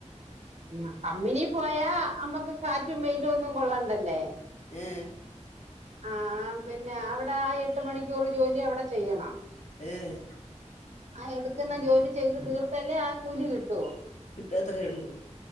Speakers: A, on the right; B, on the left.
A: ഉ കമ്പിനി പോയാ അമ്മക്ക് കാറ്റും വെയിലും ഒന്നും കൊള്ളണ്ടല്ലേ
B: ഏഹ്
A: ആ പിന്നെ അവിടെ ആ എട്ട് മണിക്കൂർ ജോലി അവിടെ ചെയ്യണം
B: ഏഹ്
A: ആ എടുക്കുന്ന ജോലി ചെയ്ത് തീർത്തല്ലേ ആ കൂലി കിട്ടു
B: കിട്ടത്രേ ഉള്ളൂ